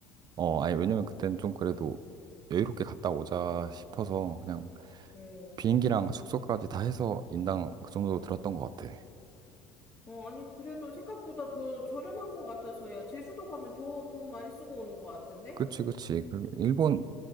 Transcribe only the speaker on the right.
어 아니 왜냐면 그때는 좀 그래도 여유롭게 갔다 오자 싶어서 그냥
비행기랑 숙소까지 다 해서 인당 그 정도 들었던 것 같아.
그치, 그치. 그 일본,